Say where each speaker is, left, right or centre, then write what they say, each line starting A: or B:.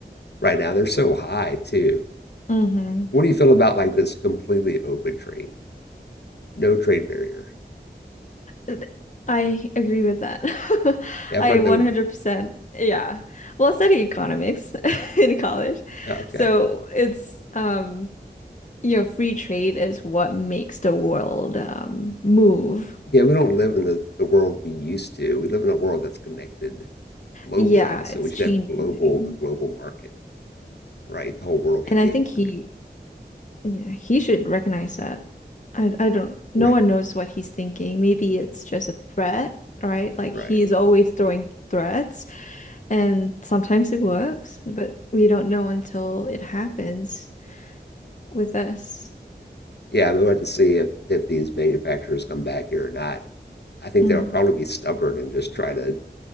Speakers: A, on the left; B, on the left.
A: right now. They're so high too.
B: hmm
A: What do you feel about like this completely open trade, no trade barrier?
B: Th- I agree with that. <laughs>
A: Yeah, I
B: I
A: feel like
B: 100%.
A: that would.
B: Yeah. Well, I studied economics <laughs> in college.
A: oh, Okay.
B: So it's, um, you know, free trade is what makes the world, um, move.
A: Yeah, we don't live in the, the world we used to. We live in a world that's connected globally,
B: Yeah,
A: so
B: it's
A: we should
B: changing.
A: have global a global market, right? The whole world should
B: And I
A: be
B: think
A: a market,
B: he, yeah, he should recognize that. I, I don't, no
A: <laughs>
B: one knows what he's thinking. Maybe it's just a threat, right? Like
A: right?
B: he's
A: Right.
B: always throwing threats. And sometimes it works, but we don't know until it happens with us.
A: Yeah, I mean, we'll have to see if if these manufacturers come back here or not. I think
B: Mhm.
A: they'll probably be stubborn and just try to